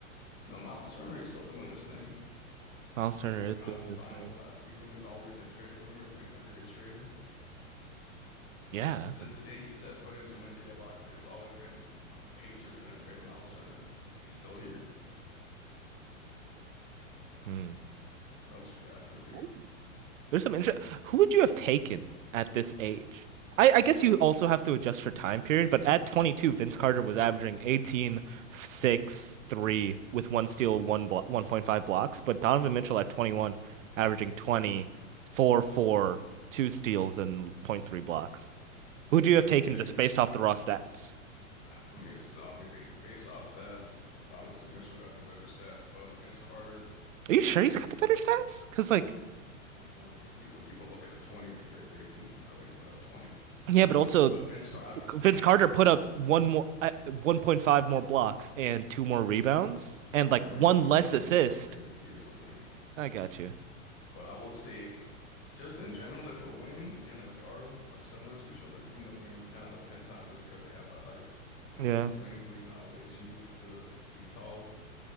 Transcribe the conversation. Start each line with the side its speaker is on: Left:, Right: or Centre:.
Left: you know, Miles Turner, he's still doing his thing.
Right: Miles Turner
Left: He made the
Right: is
Left: conference
Right: doing his
Left: final
Right: thing.
Left: last season. He's always in trade rumors, but he never gets traded.
Right: Yeah, that's
Left: Since
Right: it.
Left: the day he stepped foot into an NBA locker, it's always been Pacers are going to trade Miles Turner. He's still here.
Right: Hmm.
Left: What else you got for me?
Right: Ooh. There's some interest. Who would you have taken at this age? I, I guess you also have to adjust for time period, but at 22, Vince Carter was averaging 18, 6, 3 with one steal, one blo 1.5 blocks. But Donovan Mitchell at 21, averaging 20, 4, 4, 2 steals, and point three blocks. Who'd you have
Left: I
Right: taken
Left: take.
Right: just based off the raw stats?
Left: I I mean, so I mean, ba- based off stats, obviously Mitchell got the better stats, but Vince Carter
Right: Are you sure he's got the better stats? Because like,
Left: on 20, people people look at the 20 compared to 18, like, oh, he put up 20.
Right: yeah, but also
Left: But Vince Carter,
Right: Vince
Left: I, it,
Right: Carter
Left: it,
Right: put up one more, uh, 1.5 more blocks and two more rebounds and
Left: yeah,
Right: like
Left: but
Right: one
Left: he, al- he's,
Right: less
Left: al- he
Right: assist.
Left: is a wing. He is a wing.
Right: I got you.
Left: But I will say, just in general, if a wing and a guard are similar to each other, giving the wing 10 out of 10 times just because they have the height. You know,
Right: Yeah.
Left: it's a wings league nowadays. You need to be tall.